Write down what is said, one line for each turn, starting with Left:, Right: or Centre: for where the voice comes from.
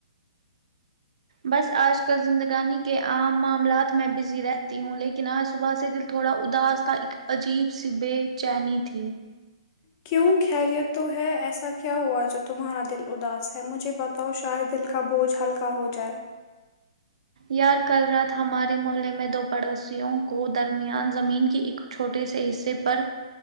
Right: بس آج کل زندگانی کے عام معاملات میں بزی رہتی ہوں لیکن آج صبح سے دل تھوڑا اداس تھا ایک عجیب سی بے چینی تھی
Left: کیوں خیریت تو ہے ایسا کیا ہوا جو تمہارا دل اداس ہے مجھے بتا تو شاید دل کا بوجھ ہلکا ہو جائے
Right: یار کل رات ہمارے محلے میں دو پڑوسیوں کو درمیان زمین کی اک چھوٹے سے حصے پر